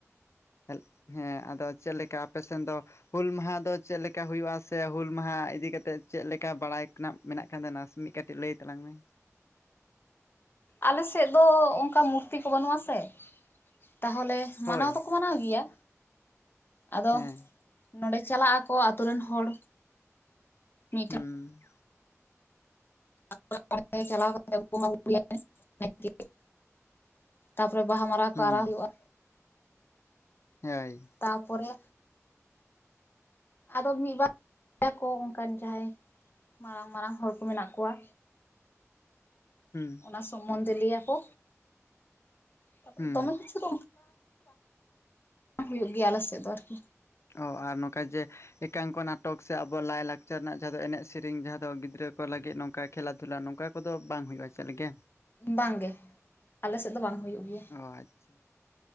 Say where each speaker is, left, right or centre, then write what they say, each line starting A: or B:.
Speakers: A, on the left; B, on the left.
A: <unintelligible> ᱦᱮᱸ ᱟᱫᱚ ᱪᱮᱫ ᱞᱮᱠᱟ ᱟᱯᱮᱥᱮᱫ ᱫᱚ ᱦᱩᱞ ᱢᱟᱦᱟ ᱫᱚ ᱪᱮᱫ ᱞᱮᱠᱟ ᱦᱩᱭᱩᱜᱼᱟ ᱥᱮ ᱦᱩᱞ ᱢᱟᱦᱟ ᱤᱫᱤ ᱠᱟᱛᱮᱜ ᱪᱮᱫ ᱞᱮᱠᱟ ᱵᱟᱲᱟᱭ ᱠᱟᱱᱟᱯ ᱢᱮᱱᱟᱜ ᱠᱷᱟᱱ ᱫᱚ ᱱᱟᱥᱮᱱᱤᱡ ᱠᱟᱹᱴᱤᱡ ᱞᱟᱹᱭ ᱛᱟᱞᱟᱝ ᱢᱮ
B: ᱟᱞᱮᱥᱮᱫ ᱫᱚ ᱚᱱᱠᱟ ᱢᱩᱨᱛᱤ ᱠᱚ ᱵᱟᱹᱱᱩᱜᱼᱟ ᱥᱮ ᱛᱟᱦᱚᱞᱮ ᱢᱟᱱᱟᱣ
A: ᱦᱳᱭ
B: ᱫᱚᱠᱚ ᱢᱟᱱᱟᱣ ᱜᱮᱭᱟ᱾ ᱟᱫᱚ
A: ᱦᱮᱸ
B: ᱱᱚᱰᱮ ᱪᱟᱞᱟᱜ ᱟᱠᱚ ᱟᱹᱛᱩ ᱨᱮᱱ ᱦᱚᱲ ᱢᱤᱜ
A: ᱦᱩᱸ
B: <unintelligible> ᱪᱟᱞᱟᱣ ᱠᱟᱛᱮ ᱩᱱᱠᱩ ᱦᱚᱢ <unintelligible> ᱛᱟᱯᱚᱨᱮ ᱵᱟᱦᱟ ᱢᱟᱨᱟ
A: ᱦᱩᱸ
B: ᱠᱚ ᱟᱨᱟᱣ ᱦᱩᱭᱩᱜᱼᱟ᱾
A: ᱦᱮᱭ
B: ᱛᱟᱯᱚᱨᱮ ᱟᱫᱚ ᱢᱤᱫ ᱵᱟᱨᱭᱟᱠᱚ ᱚᱱᱠᱟᱱ ᱡᱟᱦᱟᱸᱭ ᱢᱟᱨᱟᱝᱼᱢᱟᱨᱟᱝ ᱦᱚᱲ ᱠᱚ ᱢᱮᱱᱟᱜ ᱠᱚᱣᱟ᱾
A: ᱦᱩᱸ
B: ᱚᱱᱟ ᱥᱚᱢᱵᱚᱱᱫᱷᱮ ᱞᱟᱹᱭ ᱟᱠᱚ ᱛᱟᱯᱚᱨᱮ
A: ᱦᱩᱸ
B: ᱫᱚᱢᱮ ᱠᱤᱪᱷᱩ ᱫᱚ <unintelligible> ᱦᱩᱭᱩᱜ ᱜᱮᱭᱟ ᱟᱞᱮ ᱥᱮᱫ ᱫᱚ ᱟᱨᱠᱤ
A: ᱚ ᱟᱨ ᱱᱚᱝᱠᱟ ᱡᱮ ᱮᱠᱟᱝᱠᱚ ᱱᱟᱴᱚᱠ ᱥᱮ ᱟᱵᱚᱣᱟᱜ ᱞᱟᱭᱼᱞᱟᱠᱪᱟᱨ ᱨᱮᱱᱟᱜ ᱡᱟᱦᱟᱸ ᱫᱚ ᱮᱱᱮᱡ ᱥᱮᱨᱮᱧ ᱡᱟᱦᱟᱸ ᱫᱚ ᱜᱤᱫᱽᱨᱟᱹ ᱠᱚ ᱞᱟᱹᱜᱤᱫ ᱱᱚᱝᱠᱟ ᱠᱷᱮᱞᱟ ᱛᱷᱩᱞᱟ ᱱᱚᱝᱠᱟ ᱠᱚᱫᱚ ᱵᱟᱝ ᱦᱩᱭᱩᱜᱼᱟ ᱪᱮᱫ ᱞᱮᱜᱮ
B: ᱵᱟᱝ ᱜᱮ ᱟᱞᱮᱥᱮᱫ ᱫᱚ ᱵᱟᱝ ᱦᱩᱭᱩᱜ ᱜᱮᱭᱟ᱾
A: ᱚ ᱟᱪᱪᱷᱟ